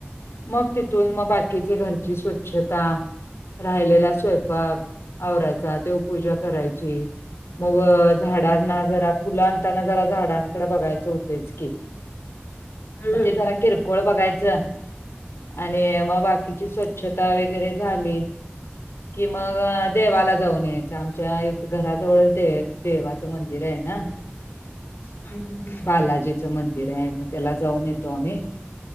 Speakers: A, on the left; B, on the left.
A: मग तिथून मग बाकीचे घरची स्वच्छता. राहिलेला स्वयंपाक आवरायचा, देवपूजा करायची. मग व झाडांना जरा फुलं आणताना जरा झाड दानकड बघायच होतेच की
B: हम्म
A: मग ते जरा किरकोळ बघायचं आणि मग बाकीची स्वच्छता वगैरे झाली. कि मग देवाला जाऊन यायच आमच्या इथं घराजवळ देणंदेवाचं मंदिर आहे ना.
B: अम हम्म.
A: बालाजीचं मंदिर आहे म त्याला जाऊन येतो आम्ही